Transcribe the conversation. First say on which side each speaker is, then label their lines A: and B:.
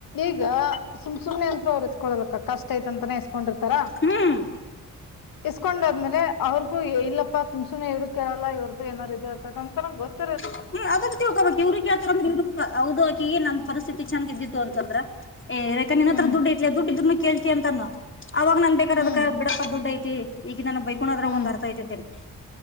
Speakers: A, on the left; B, on the left.
A: ಈಗ ಸುಮ್ ಸುಮ್ನೆ ಅಂತ್ರೂ ಇರ್ಸ್ಕೊಳಲ್ಕ್ಕ ಕಷ್ಟ ಠ ಆ ತ ಅಂತಾನೇ ಹ ಕೊಂಡಿರ್ತಾರಾ
B: ಹ್ಮ್.
A: ಇಸ್ಕೊಂಡಾದ್ಮೇಲೆ ಅವ್ರಿಗೂ ಇಲ್ಲಪ್ಪ ಸುಮ್ಮನೆ ಸುಮ್ಮನೆ ಇವರು ಕೇಳಲ್ಲ ಇವರದು ಏನಾದ್ರೂ ಇರ್ತೈದೆ ಅಂತನೂ ಗೊತ್ತ
B: ಹ್ಮ ಅದಬೇಕು ಇವ್ರ್ರ ಹೌದು ಆಕಿ ಏ ನಮ್ ಪರಿಸ್ಥಿತಿ ಚಂದ್ ಇದ್ದಿತ್ತು ಅಂತಂದ್ರ ಏ ರೇಖ ನಿನ್ನ
A: ಹ್ಮ್
B: ಹತ್ರ ದುಡ್ಡು ಐತಿ ದುಡ್ಡ ಇದರನ್ನು ಕೇಳ್ತಿಯ ಅಂತಾನು ಅವಾಗ ನನ್ ಬೇಕಾಂದ್
A: ಹ್ಮ್
B: ಅದಕ್ಕ ಬಿಡಪ್ಪ ದುಡ್ ಐತಿ ಈಗ ನನ್ ಬೈಕೋಣದಾಗ
A: ಹ್ಮ್
B: ಒಂದ್ ಅರ್ಥ ಐತಂತೇನ್ ಹೇಳಿ